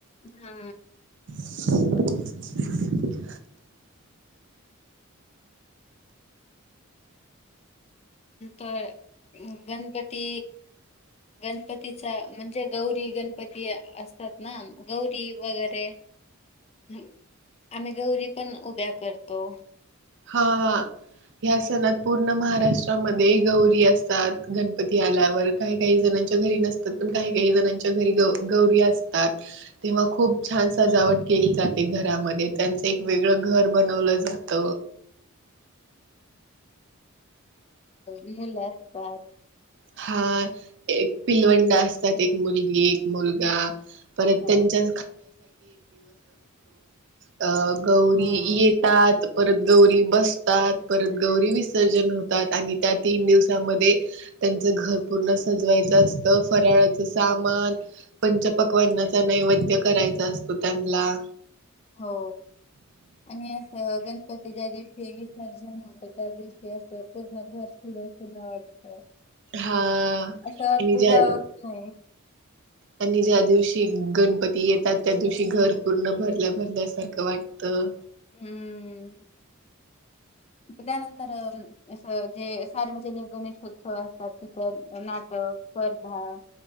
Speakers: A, on the left; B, on the right.
A: हा
B: <unintelligible>
A: तर गणपती गणपतीचा म्हणजे गौरी गणपती असतात ना गौरी वगैरे आम्ही गौरी पण उभ्या करतो
B: हा या सणात पूर्ण महाराष्ट्रामध्ये गौरी असतात गणपती आल्यावर काही काही जण काहींच्या घरी नसतात पण काही काही जना च्या घरी गौरी असतात तेव्हा खूप छान सजावट केली जाते घरामध्ये त्यांचं एक वेगळं घर बनवलं जात
A: मुलं असतात
B: हा, एक पिलवंडा असतात एक मुलगी एक मुलगाऽ परत
A: हा
B: त्यांच्य अ,, गौरी
A: हा
B: येतात, परत गौरी बसतात परत गौरी विसर्जन होतात आणि त्या तीन दिवसामध्ये त्यांचं घर पूर्ण सजवायचं असतं, फराळाचं सामान पंच पकवाननाचा नैऽऽ नैवद्य करायचा असतो त्यांनला.
A: हो,,, आणि असं गणपतीच्या दिवशी विसर्जन होतऽ त्या दिवशी अस पूर्ण घर सुन, सुन वाटतं.
B: हा
A: असं वाटत
B: आणि ज्या
A: जावऽच नाही.
B: आणि ज्या दिवशी गणपती येतात त्या दिवशी घर पूर्ण भरल्या भरल्यासारखं वाटतं.
A: हम्म त्यानंतर,, असं जे सार्वजनिकऽ गणेशोत्सव असतात तिथं नाटक, स्पर्धा,